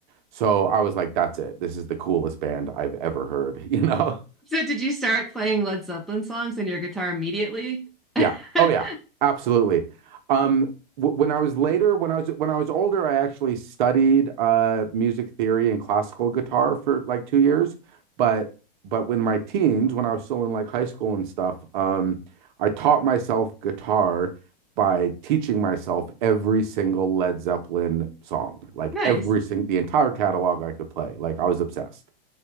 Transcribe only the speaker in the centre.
So, did you start playing Led Zeppelin songs on your guitar immediately?
<laughs>
Nice,